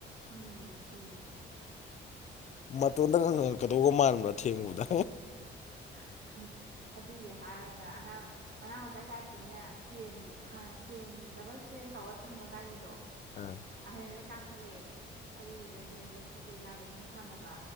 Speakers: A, on the right; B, on the left.
A: ꯎꯝ ꯀꯤꯕꯗꯣ
B: ꯃꯇꯣꯟꯗꯒ ꯉꯪꯉꯛꯀꯗꯧꯒ ꯃꯥꯟꯕ꯭ꯔ ꯊꯦꯡꯕꯗ
A: ꯍꯥ ꯍꯤ ꯑꯗꯨꯒꯤ ꯍꯥꯏꯔꯒ ꯑꯉꯥꯡ ꯑꯉꯥꯡ ꯃꯆꯥꯥꯏ ꯇꯥꯏꯞꯇꯅꯦ ꯁ꯭ꯇꯦꯟ ꯍꯥꯟꯅ ꯁ꯭ꯇꯦꯟ ꯗꯕꯜ ꯁ꯭ꯇꯦꯟ ꯇꯧꯔ ꯊꯝꯕ ꯒꯥꯔꯤꯗꯣ
B: ꯑꯥ
A: ꯑꯗꯩꯗ ꯀꯥꯈꯠꯂꯦ ꯑꯗꯨꯗꯨꯒꯅꯦ ꯂꯩꯈꯠ ꯂꯩꯗꯥꯗꯣ ꯁꯨꯝ ꯁꯥꯟꯅꯕ